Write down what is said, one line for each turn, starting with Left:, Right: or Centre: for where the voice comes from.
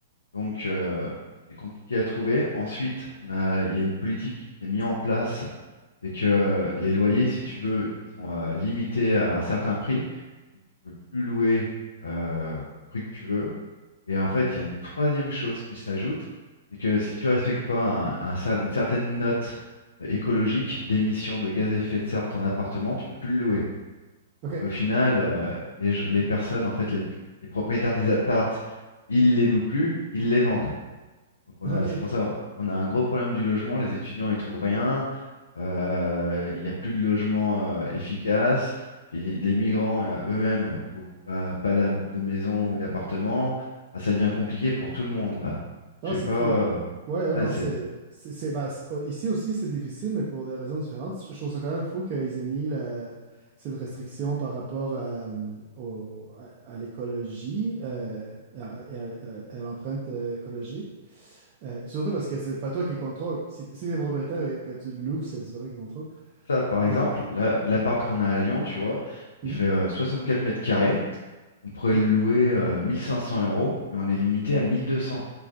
Left: donc euh, c'est compliqué à trouver. Ensuite, on a, il y a une politique qui s'est mise en place, c'est que les loyers, si tu veux, ils sont euh, limités à un certain prix, donc tu peux plus louer euh, au prix que tu veux. Et en fait, il y a une troisième chose qui s'ajoute, c'est que si tu respectes pas un- un cer- une certaine note euh, écologique d'émissions de gaz à effet de serre de ton appartement, tu peux plus le louer.
Right: OK.
Left: Donc au final, euh, les, je- les personnes, en fait, les, les propriétaires des appartes, ils les louent plus, ils les vendent. Donc on
Right: Ok.
Left: a, c'est pour ça on a un gros problème du logement. Les étudiants ils trouvent rien. Euh, il n'y a plus de logement euh, efficace. Puis les migrants euh, eux-mêmes trouvent pas, pas d'a- de maison ou d'appartement. Ah, ça devient compliqué pour tout le monde là. Je
Right: Ah,
Left: sais
Right: c'est
Left: pas.
Right: fou.
Left: euh,
Right: Ouais, ouais,
Left: ouais,
Right: non,
Left: c'est
Right: c'est, c'est, c'est- bah, c'est- oh, ici aussi, c'est difficile, mais pour des raisons différentes. Je trouve ça quand même fou qu'ils aient mis la- cette restriction par rapport à, euh, au- à, à l'écologie euh, et à, et à- à l'empreinte euh, écologique. Euh, surtout parce que c'est pas toi qui contrôle. Si, si t'es propriétaire et que tu le loues, c'est c'est pas toi qui contrôle.
Left: ça par exemple.
Right: Euh,
Left: Là, l'appart qu'on a à Lyon, tu vois,
Right: hmm,
Left: il fait euh, quatre mètres carrés. On pourrait
Right: hmm.
Left: le louer euh, 1500 euros, mais on est limité à 1200. Tu